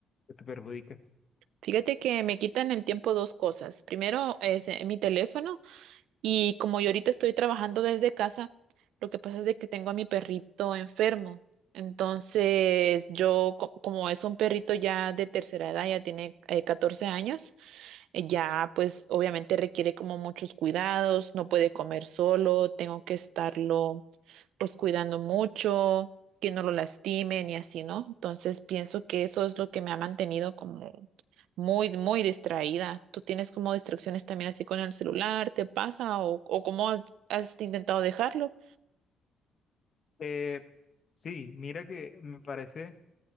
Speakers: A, on the left; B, on the right.
A: que te perjudica.
B: Fíjate que me quitan el tiempo dos cosas. Primero es eh, mi teléfono y como yo ahorita estoy trabajando desde casa, lo que pasa es de que tengo a mi perrito enfermo. Entonces yo, co- como es un perrito ya de tercera edad, ya tiene eh, 14 años, eh, ya pues obviamente requiere como muchos cuidados, no puede comer solo, tengo que estarlo pues cuidando mucho, que no lo lastimen y así, ¿no? Entonces pienso que eso es lo que me ha mantenido como muy, muy distraída. ¿Tú tienes como distracciones también así con el celular? ¿Te pasa? ¿O, o cómo has, has intentado dejarlo?
A: Eh, sí, mira que me parece, o